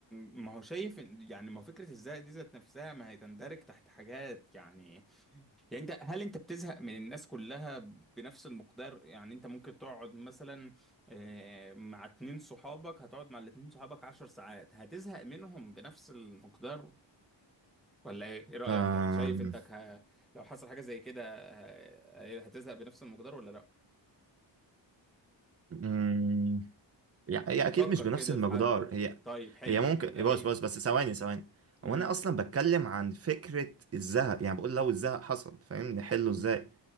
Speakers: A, in the centre; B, on the right.
A: ما هو شايف إن- يعني ما هو فكرة الزهق دي ذات نفسها ما هي تندرج تحت حاجات يعني يعني انت هل انت بتزهق من الناس كلها بنفس المقدار يعني انت ممكن تقعد مثلا آه، مع اتنين صحابك هتقعد مع الاتنين صحابك عشر ساعات هتزهق منهم بنفس المقدار ولا ايه ايه رأيك
B: أم...
A: يعني شايف انك ه... لو حصل حاجة زي كده ه... هتزهق بنفس المقدار ولا لا
B: أم، يعني هي اكيد
A: فكر
B: مش بنفس
A: كده
B: المقدار
A: في حد
B: هي
A: طيب حلو
B: هي ممكن
A: يبقى
B: بص
A: هي
B: بص بس ثواني ثواني
A: امم
B: هو انا اصلا بتكلم عن فكرة الزهق يعني بقول لو الزهق حصل فاهم نحله ازاي